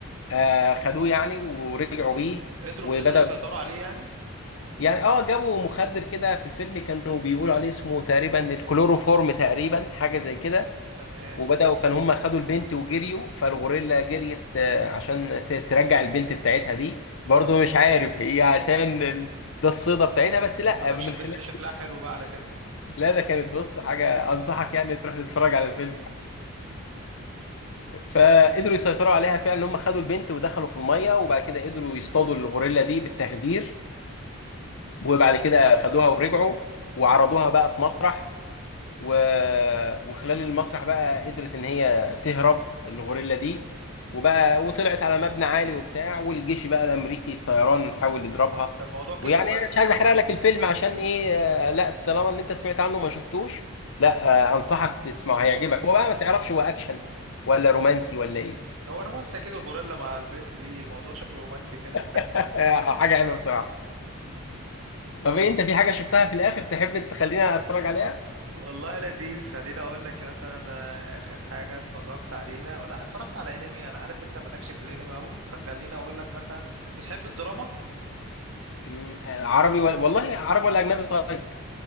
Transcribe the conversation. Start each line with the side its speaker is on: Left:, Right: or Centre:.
Left: آه، خدوه يعني ورجعوا بيه
Right: قدروا
Left: وبداوا
Right: قدروا يسيطروا عليه يعني
Left: يعني اه جابوا مخدر كده في الفيلم كانوا بيقولوا عليه اسمه تقريبا الكلوروفورم تقريبا حاجه زي كده
Right: تمام
Left: وبداوا كان هم خدوا البنت وجريوا فالغوريلا جريت آه، عشان ت- ترجع البنت بتاعتها دي برضو مش عارف هي عشان
Right: مم.
Left: ال- ده الصيدة بتاعتها بس لا
Right: ما اعرفش
Left: من
Right: البت
Left: خلال
Right: دي شكلها حلو بقى على كده <laughs>
Left: لا ده كانت بص حاجة أنصحك يعني تروح تتفرج على الفيلم فقدروا يسيطروا عليها فعلا هم خدوا البنت ودخلوا في المية وبعد كده قدروا يصطادوا الغوريلا دي بالتخدير وبعد كده خدوها ورجعوا وعرضوها بقى في مسرح و... وخلال المسرح بقى قدرت ان هي تهرب الغوريلا دي وبقى وطلعت على مبنى عالي وبتاع والجيش بقى الامريكي الطيران حاول يضربها
Right: ده الموضوع كبر
Left: ويعني
Right: بقى
Left: انا مش عايز احرق لك الفيلم عشان ايه آه، لا طالما ان انت سمعت عنه وما شفتوش لا آه، انصحك تسمعه هيعجبك هو بقى ما تعرفش هو اكشن ولا رومانسي ولا ايه
Right: مم. هو رومانسي كده غوريلا مع البت دي موضوع شكله رومانسي كده
Left: <laughs> حاجه حلوه بصراحه طب
Right: مم.
Left: ايه انت في حاجه شفتها في الاخر تحب تخلينا اتفرج عليها
Right: والله لذيذ خليني اقول لك مثلا انا اخر حاجه اتفرجت عليها أو لا اتفرجت على انمي انا عارف انت مالكش في الانمي قوي فخليني اقول لك مثلا بتحب الدراما
Left: مم، آه، عربي ولا والله عربي ولا اجنبي طيب